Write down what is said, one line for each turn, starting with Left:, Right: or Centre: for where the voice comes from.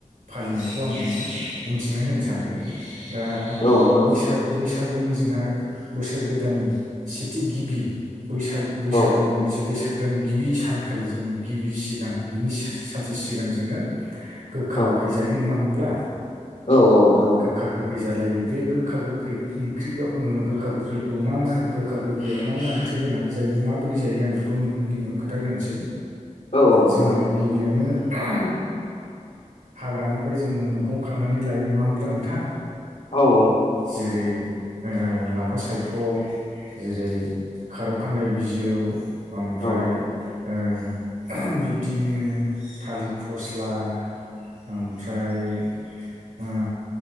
Right: फालिनायखौ आं नोंनो बुंथिना होनो सानदों दा
Left: औ नोंथां
Right: बैसाग बैसागुनि जोंहा बोसोर गोदाननि सेथि गिबि बैसाग बैसागुनि
Left: औ
Right: बैसागो दान गिबि सानखालि जों गिबि सिगां बिनि सानसे सिगां जोङो गोखा
Left: औ
Right: गोख गोखै जायो नङा हब्ला
Left: औ औ नोंथां
Right: गोखा गोख खै जालायो बे गोखा-गोखै खि ओंख्रिखौ ओ गोखा-गोखैखौ मा-मा गोखा गोखैआव मा-मा ओंख्रि होनानै जायो माबोरै जायो आं बेखौ नोंनो गिबियावनो खोनथाग्रोनोसै
Left: औ औ नोंथां
Right: जोङो गिबियावनो ओहोम हाग्रानिफ्राय जोङो मैगं खांनानै लायो नङा होमब्ला नोंथां
Left: औ औ
Right: जेरै लाफा ओ सायख' जेरै खारौ खान्दाय बिजौ ओमफ्राय
Left: औ
Right: ओ ओहोम बिब्दिनो थालिर फस्ला ओमफ्राय ओ